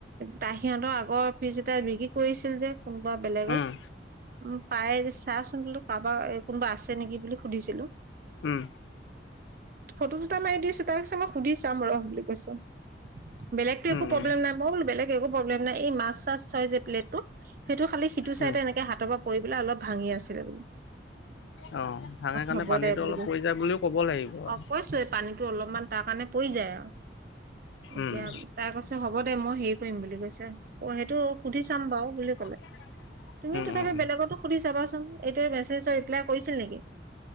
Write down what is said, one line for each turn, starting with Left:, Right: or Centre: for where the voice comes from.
Right: তাৰ সিহঁতৰ আগৰ ফ্ৰিজ এটা বিক্ৰী কৰিছিল যে কোনোবা বেলেগক,
Left: উম
Right: উম, পাই চাচোন বোলো কাৰোবাৰ কোনোবা আছে নেকি বুলি সুধিছিলোঁ।
Left: উম।
Right: ফটো দুটা মাৰি দিছো, তাই কৈছে মই সুধি চাম ৰহ বুলি কৈছে। বেলেগতো একো
Left: উম
Right: প্ৰব্লেম
Left: উম
Right: নাই, মই বুলো বেলেগ একো প্ৰব্লেম নাই, এই মাছ চাছ থয় যে প্লেটটো সেইটো খালি সিটো চাইড
Left: উম
Right: এনেকে হাতৰ পৰা পৰি পেলাই অলপ ভাঙি আছিলে বোলো।
Left: অঁ ভাঙে কাৰণে
Right: হ'ব
Left: পানীটো
Right: দে বুলি
Left: অলপ
Right: কৈছো
Left: পৰি যায় বুলিও ক'ব লাগিব
Right: অ'
Left: আৰু
Right: কৈছো এই পানীতটো অলপমান তাৰ কাৰণে পৰি যায় আৰু। এতিয়া
Left: উম।
Right: তাই কৈছে হ'ব দে মই হেৰি কৰিম বুলি কৈছে অ' সেইটো সুধি চাম বাৰু বুলি ক'লে।
Left: <inaudible>
Right: তুমি
Left: উম
Right: তথাপি
Left: উম উম
Right: বেলেগতো সুধি চাবাচোন, এইটোৱে মেছেজৰ ৰিপ্লাই কৰিছিল নেকি?